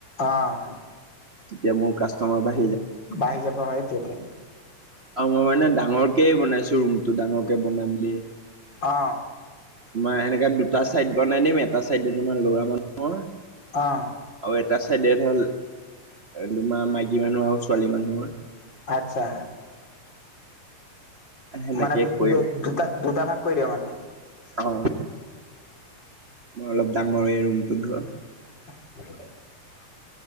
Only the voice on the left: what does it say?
অ'।
বাঢ়ি যাব হয়। হেইতোৱেটো
অ
অ'।
আচ্ছা
মানে দু-
দুটা দুটা ভাগ কৰি দিবা মানে?
<unintelligible>